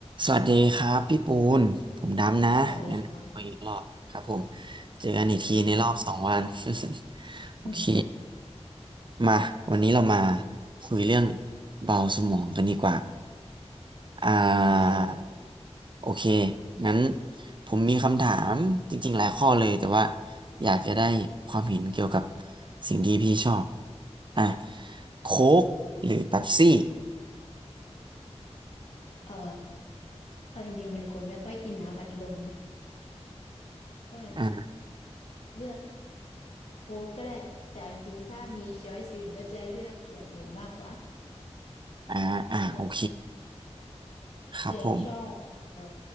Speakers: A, on the right; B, on the left.
A: สวัสดีครับพี่ปูนผมดำนะแนะนำตัวอีกรอบครับผม
B: สวัสดีครับ
A: เจอกันอีกทีในรอบสองวัน
B: อืม
A: <laughs> โอเค
B: อืม
A: มาวันนี้เรามาคุยเรื่องเบาสมองกันดีกว่าอ่า
B: <laughs> ได้เลย
A: โอเคงั้นผมมีคำถามจริงๆหลายข้อเลยแต่ว่าอยากจะได้ความเห็นเกี่ยวกับสิ่งที่พี่ชอบอ่ะโค้กหรือเป๊ปซี่
B: เออเอาจริงๆเป็นคนไม่ค่อยกินน้ำอัดลมก็
A: อ่า
B: เลือกโค้กก็ได้แต่จริงๆถ้ามีช้อยส์อื่นก็จะเลือกอย่างอื่นมากกว่า
A: อ่าอ่าโอเค
B: แล้ว
A: ครับผม
B: ตัวเองชอบเอ่อ